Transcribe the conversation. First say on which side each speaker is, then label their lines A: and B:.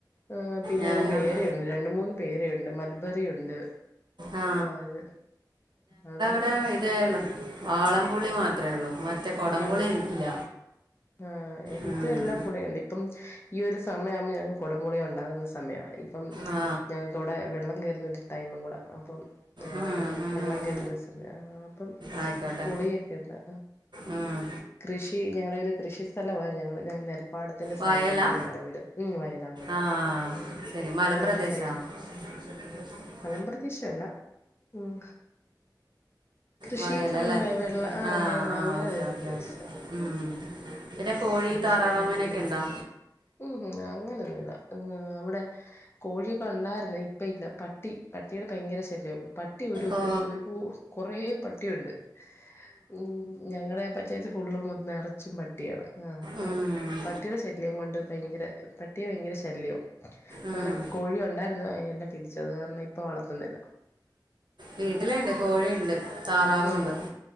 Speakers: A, on the left; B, on the right.
A: ആ പിന്നെ
B: ഞങ്ങൾ
A: ഞങ്ങക്ക് പേര ഉണ്ട് രണ്ട് മൂന്ന് പേരണ്ട് മൾബറി ഉണ്ട്
B: ആ
A: ആഹ് ഇത് അഹ്,
B: ഇടെ ഇതേ ഉള്ളു വാളംപുളി മാത്രേ ഉള്ളൂ മറ്റേ കുടംപുളി
A: അതെ
B: ഇല്ല
A: ആഹ്
B: ഉം.
A: ഇതെല്ലാ പുളിയുണ്ട് ഇപ്പം ഈ ഒരു സമയമാവുമ്പോ ഞ കുടമ്പുളിയ ഉണ്ടാകുന്ന സമയ പ്പം
B: ആ
A: ഞങ്ങക്ക് വ്ടെ വെള്ളം കയറുന്ന ഒരു ടൈമും കൂടെ അപ്പം ഏഹ്
B: ഉം, ഉം, ഉം,
A: വെള്ളം
B: ഉം.
A: കരുന്ന സമയം അപ്പം
B: ആയിക്കോട്ടെ
A: പുളിയൊക്കെ ണ്ട
B: ഉം.
A: കൃഷി ഞങ്ങളുടെ ഒരു കൃഷി സ്ഥലമാ ഞങ്ങൾ ഞ നെ പ്പാടത്തിന്റെ
B: വയലാ
A: സൈഡിലായിട്ട് ഞങ്ങടെ വീട് ഉം വയല വയല
B: ആ ശരി മലമ്പ്രദേശ
A: അതിന്റെ സൈഡില്
B: <inaudible>
A: മലപ്രദേശ അല്ല ഉം കൃഷി
B: വയലല്ലേ
A: സംബന്ധമായ വെള്ള ആഹ്
B: ആ
A: വയല
B: ആ
A: അങ്ങനെ
B: ഓക്കെ
A: വരുന്ന
B: ഓക്കെ
A: പ്രദേശാണ്
B: ഓക്കെ ഉം. പിന്നെ കോഴി
A: കൃഷി
B: താറാവ് അങ്ങനെയൊക്കെണ്ടോ
A: ഉം അങ്ങനെന്നുല്ല അവിടെ കോഴിയൊക്കെ ഉണ്ടായിരുന്നു ഇപ്പ ഇല്ല പട്ടി പട്ടിയുടെ ഭയങ്കര ശല്യവാ പട്ടി ഒരു
B: ഓ
A: ഒരു പൂ കുറേ പട്ടിയുണ്ട് ഉം ഞങ്ങള പഞ്ചായത്ത് ഫുള്ളും മൊ നിറച്ചും പട്ടിയാണ് ആഹ് അപ്പം
B: ഉം,
A: പട്ടിയുടെ ശല്യം കൊണ്ട് ഭയങ്കര പട്ടിയെ ഭയങ്കര ശല്യവാ
B: ഉം.
A: അങ്ങനെ കോഴിയുണ്ടായിരുന്നു അതിനെല്ലാം പിടിച്ചത് അത് കാരണം ഇപ്പൊ വളർത്തുന്നില്ല
B: വീട്ടിലുണ്ട് കോഴിയുണ്ട് താറാവുണ്ട്
A: ആഹ്